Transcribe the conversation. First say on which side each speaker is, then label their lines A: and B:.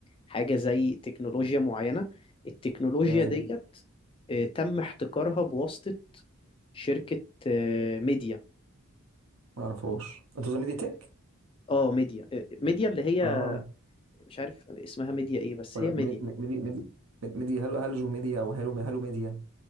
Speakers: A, on the left (about 25°); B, on the right (about 70°).
A: حاجة زي تكنولوجيا معينة التكنولوجيا
B: تمام
A: ديت آه، تم احتكارها بواسطة شركة آه، ميديا
B: ما اعرفهاش انت قصدك ميديا تك
A: اه ميديا آه، ميديا اللي هي
B: اه
A: مش عارف اسمها ميديا ايه بس
B: ولا
A: هي
B: مي-
A: ميديا
B: مي- ميدي ميدي ميديا هلو هلجو ميديا او هلو هلو ميديا